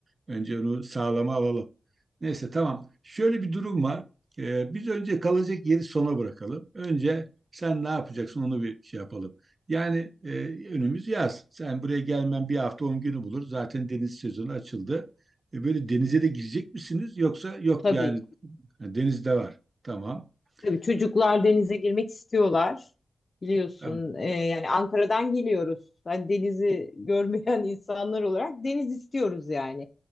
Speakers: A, on the right; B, on the left.
A: Önce onu sağlama alalım. Neyse tamam. Şöyle bir durum var. Ee, biz önce kalacak yeri sona bırakalım. Önce sen ne yapacaksın onu bir şey yapalım. Yani e, önümüz yaz. Sen buraya gelmen bir hafta on günü bulur. Zaten deniz sezonu açıldı. E, böyle denize de girecek misiniz? Yoksa yok
B: Tabii.
A: yani denizde var. Tamam.
B: Tabii çocuklar
A: E,
B: denize girmek istiyorlar. Biliyorsun,
A: tamam.
B: e, yani Ankara'dan geliyoruz. Hani denizi görmeyen <laughs> insanlar olarak deniz istiyoruz yani.